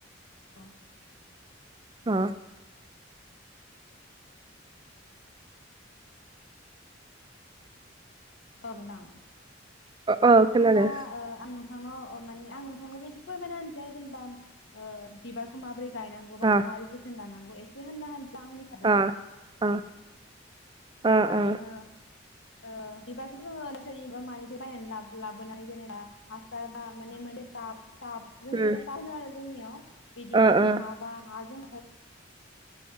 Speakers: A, on the left; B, on the right.
A: औ।
B: औ।
A: औ नोंथां।
B: अ खोनादों
A: होनबा ओ आं नोंथांनाव माने आं नोंथांनोबो एसे फोरमायना होनसै आरो जेनेबा बिबारखौ माबोरै गायनांगौबा
B: अ
A: माबोरै जोथोन लानां एसे होनना होनस आंनिफ्राबो
B: अ अ
A: जेनेबा
B: अ अ
A: जोङो ओ बिबारखौ जोङो नार्सारिनि बा मानिफ्राय बायनानै लाबोनानै जेनेबा हासार बा माने मोनसे टाब थाब जोंनिया
B: उम
A: थाब होनो आरो जोंनियाव बिदियाव
B: अ
A: जों
B: अ
A: हा बा हाजों